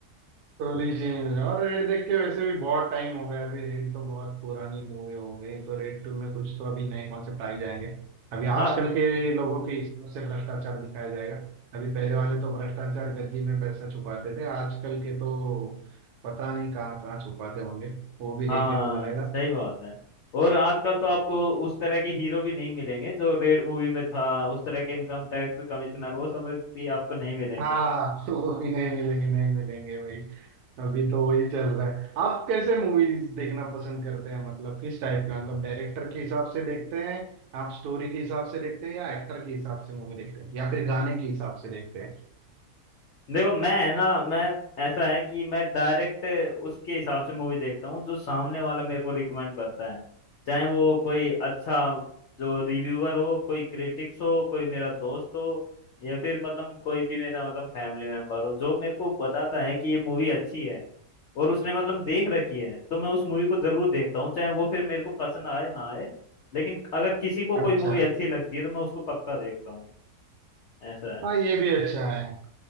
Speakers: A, on the right (about 75°); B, on the left (about 65°).
A: स्टोरी चेंज है। और रेड देख के वैसे भी बहुत टाइम हो गया अभी रेड तो बहुत पुरानी मूवी हो गई तो रेड टू में कुछ तो अभी नए कॉन्सेप्ट आ ही जाएंगे अभी आजकल
B: हाँ
A: के लोगों के हिसाब से भ्रष्टाचार दिखाया जाएगा अभी पहले वाले तो भ्रष्टाचार गद्दी में पैसा छुपाते थे आजकल के तो पता नहीं कहाँ कहाँ छुपाते होंगे वो भी
B: हाँ
A: देखने को मिलेगा
B: सही बात है और आजकल तो आपको उस तरह के हीरो भी नहीं मिलेंगे जो रेड मूवी में था उस तरह के इनकम टैक्स कमिश्नर वो सब भी आपको नहीं मिलेंगे
A: हाँ <laughs> वो भी नहीं मिलेंगे नहीं मिलेंगे भाई अभी तो वही चल रहा है आप कैसे मूवीज देखना पसंद करते हैं मतलब किस टाइप के मतलब डायरेक्टर के हिसाब से देखते हैं आप स्टोरी के हिसाब से देखते हैं या एक्टर के हिसाब से मूवी देखते हैं या फिर गाने के हिसाब से देखते हैं
B: देखो मैं है ना मैं ऐसा है कि मैं डायरेक्ट उसके हिसाब से मूवी देखता हूँ जो सामने वाला मेरे को रिकमेंड करता है चाहे वो कोई अच्छा जो रिव्यूअर हो कोई क्रिटिक्स हो कोई मेरा दोस्त हो या फिर मतलब कोई भी मेरा मतलब फैमिली मेंबर हो जो मेरे को बताता है कि ये मूवी अच्छी है और उसने मतलब देख रखी है तो मैं उस मूवी को जरूर देखता हूँ चाहे वो फिर मेरे को पसंद आए ना आए लेकिन अगर किसी को कोई
A: अच्छा
B: मूवी अच्छी लगती है तो मैं उसको पक्का देखता हूँ ऐसा है
A: हाँ ये भी अच्छा है